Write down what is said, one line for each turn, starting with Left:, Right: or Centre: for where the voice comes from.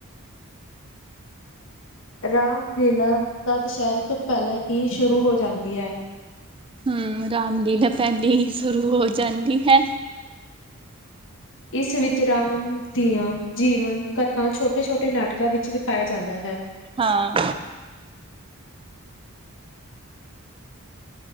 Left: ਰਾਮਲੀਲਾ ਤਾਂ ਦੁਸਹਿਰੇ ਤੋਂ ਪਹਿਲਾਂ ਹੀ ਸ਼ੁਰੂ ਹੋ ਜਾਂਦੀ ਹੈ।
Right: ਹੂੰ ਰਾਮਲੀਲਾ ਪਹਿਲੀ ਹੀ ਸ਼ੁਰੂ ਹੋ ਜਾਂਦੀ ਹੈ।
Left: ਇਸ ਵਿੱਚ ਰਾਮ ਦੀਆਂ ਜੀਵਨ ਕਥਾ ਛੋਟੇ ਛੋਟੇ ਨਾਟਕਾਂ ਵਿੱਚ ਵਿਖਾਇਆ ਜਾਂਦਾ ਹੈ।
Right: ਹਾਂ।